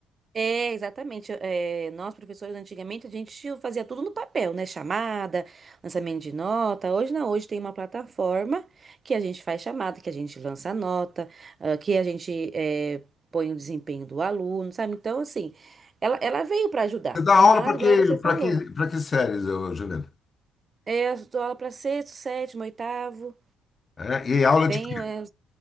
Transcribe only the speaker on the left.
Você dá
aula para
que,
para
que, para que séries, ô, Juliana?
É, e aula
de quê?